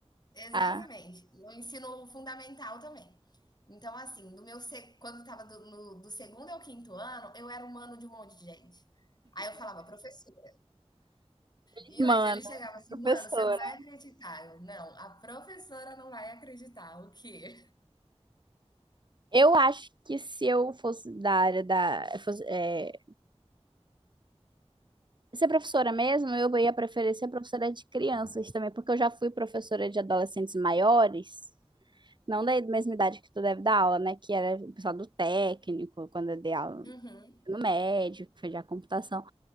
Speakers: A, on the left; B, on the right.
A: Exatamente.
B: Ah,
A: E o ensino fundamental também. Então, assim, do meu se- quando estava do, no- do segundo ao quinto ano, eu era um mano de um monte de gente. Aí eu falava, professora. E
B: mano,
A: mas ele chegava assim,
B: professora.
A: mano, você não vai acreditar. Eu, não, a professora não vai acreditar. O quê?
B: Eu acho que se eu fosse da área da. Fosse, é, ser professora mesmo, eu ia preferir ser professora de crianças também, porque eu já fui professora de adolescentes maiores, não da mesma idade que tu deve dar aula, né? Que era o pessoal do técnico, quando eu dei aula
A: Uhum.
B: no médio, que foi de computação.